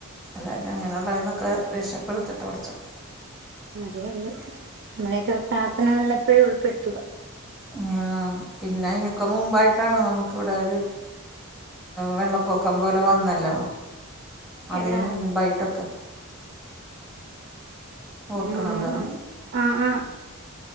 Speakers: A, in the centre; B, on the right (about 50°).
A: എല്ലാവരും അങ്ങനെയുള്ള ഇതൊക്കെ രക്ഷപ്പെടുത്തട്ടെ പടച്ചോൻ.
B: അതേ ഉള്ളൂ നമ്മളൊക്കെ പ്രാർത്ഥനകളിലെപ്പോഴും ഉൾപ്പെടുത്തുക.
A: ആ പിന്നെ അയിനൊക്കെ മുമ്പായിട്ടാണ് നമുക്കിവിടെ ഒരു വെള്ളപ്പൊക്കം പോലെ വന്നല്ലോ അതിന്
B: എവിടാ
A: മുൻപായിട്ടൊക്കെ. ഓർക്കണുണ്ടോ
B: ഉം,
A: അത്
B: ഉ ആ, ആ